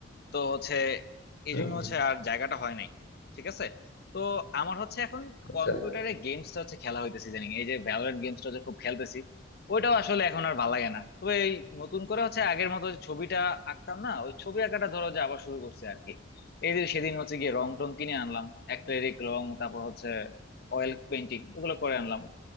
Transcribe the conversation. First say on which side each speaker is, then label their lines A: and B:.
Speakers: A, on the left; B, on the left.
A: তো হচ্ছে এই
B: হম
A: জন্য
B: হম
A: হচ্ছে আর জায়গাটা হয় নাই ঠিক আছে তো আমার হচ্ছে এখন
B: আচ্ছা
A: কম্পিউটারে গেমসটা হচ্ছে খেলা হইতেছে জানি এই যে ভ্যালোরেন্ট গেমসটা হচ্ছে খুব খেলতেছি ওইটাও আসলে এখন আর ভালো লাগে না তবে এই নতুন করে হচ্ছে আগের মতো যে ছবিটা আঁকতাম না ওই ছবি আঁকাটা ধরো যে আবার শুরু করছে আর কি এই যে সেদিন হচ্ছে গিয়ে রং টং কিনে আনলাম অ্যাক্রিলিক রং তারপর হচ্ছে অয়েল পেন্টিং এগুলো করে আনলাম